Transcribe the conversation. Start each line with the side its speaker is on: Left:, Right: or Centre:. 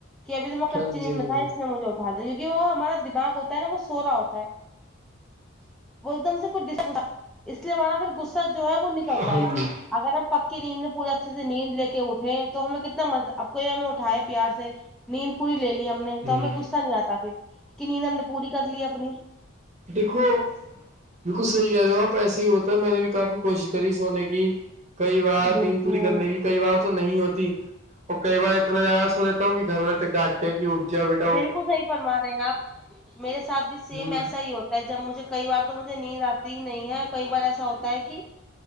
Centre: کہ ابھی تو میں کچی
Right: ہاں
Centre: نیند
Right: جی ہاں
Centre: بتا
Right: جی
Centre: اس نے مجھے اٹھا د کیکہ وہ ہمارا دماغ ہوتا ہے ن وہ سوورا ہوتا ہے وہ ایک دم سے کچھ ڈس گ اس لیے ہمارا پھر غصہ جو ہے وہ نکلتا
Right: ہاں
Centre: ہے
Right: جی
Centre: اگر پکی نیند میں پورے اچھے سے نیند لے اٹھے تو ہمیں کتنا مزہ اب کو یہ ہمیں اٹھائے پیار سے نیند پوری لے لی ہم نے تو
Right: ہوں
Centre: ہمیں غصہ نہیں آتا پھر کہ نیند ہم نے پوری کر لی اپنی
Right: دیکھو بالکل صحی کہہ رہے ہو آپ ایسے ہی ہوتا ہے میں نے بھی کافی کوشش کری سونے کی کئی بار
Centre: بالکل
Right: نیند پوری کرنے کی کئی بار تو نہیں ہوتی اور کئی بار اتنا یا س ہو رہتا ہوں کہ گھر و تک ڈاکٹ کی ارجا بیٹ
Centre: بالکل صحیح فرما رہے ہیں آپ میرے ساتھ بھی
Right: ہوں
Centre: سیم ایسا ہی ہوتا جب مجھے کئی بار تو مجھے نیند آتی ہی نہیں ہے کئی بار ایسا ہوتا ہے کہ